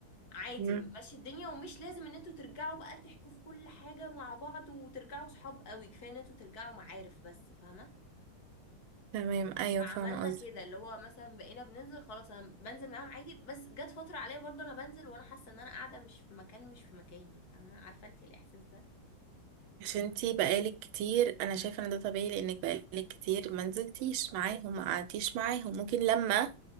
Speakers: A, on the left; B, on the right.
A: عادي
B: مم.
A: ماشي الدنيا ومش لازم ان انتوا ترجعوا بقى تحكوا في كل حاجة مع بعض وترجعوا صحاب قوي كفاية ان انتوا ترجعوا معارف بس فاهمة
B: تمام ايوه
A: فعملنا
B: فاهمة قصدك
A: كده اللي هو مثلا بقينا بننزل خلاص انا بنزل معاهم عادي بس جت فترة عليا برضه انا بنزل وانا حاسة ان انا قاعدة مش في مكان مش في مكاني فاهمة عارفة انتي الاحساس ده
B: عشان انتي بقالك كتير انا شايفه ان ده طبيعي لانك بقالك كتير ما نزلتيش معاهم ما قعدتيش معاهم ممكن لما